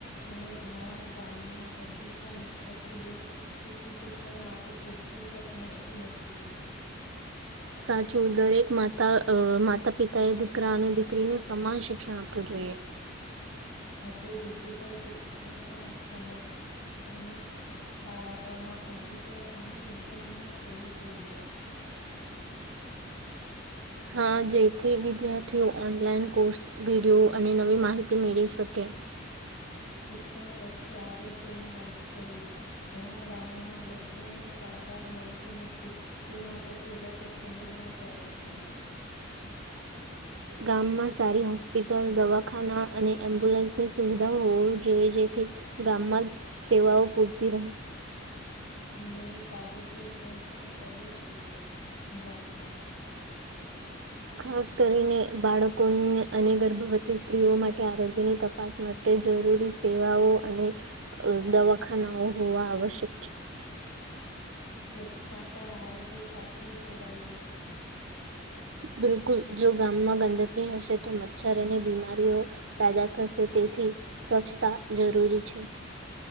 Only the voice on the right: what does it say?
સાચું દરેક માતા માતા પિતાએ દીકરા અને દીકરીને સમાન શિક્ષણ આપવું જોઈએ.
હા જેથી વિદ્યાર્થીઓ ઓનલાઈન કોર્સ વિડીયો અને નવી માહિતી મેળવી શકે.
ગામમાં સારી હોસ્પિટલ, દવાખાના અને એમ્બ્યુલન્સની સુવિધાઓ હોવી જોઈએ જેથી ગામમાં સેવાઓ પૂરતી રહે.
ખાસ કરીને બાળકો અને ગર્ભવતી સ્ત્રીઓ માટે આરોગ્યની તપાસ માટે જરૂરી સેવાઓ અને દવાખાનાઓ હોવા આવશ્યક છે.
બિલકુલ જો ગામમાં ગંદકી હશે તો મચ્છર અને બીમારીઓ પેદા થશે તેથી સ્વચ્છતા જરૂરી છે.